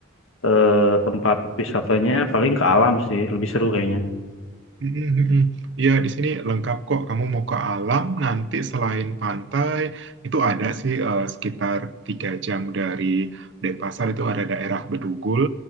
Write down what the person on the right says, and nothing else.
Mm, mm, mm. Ya, di sini lengkap kok. Kamu mau ke alam, nanti selain pantai, itu ada sih eh, sekitar tiga jam dari Denpasar itu ada daerah Bedugul.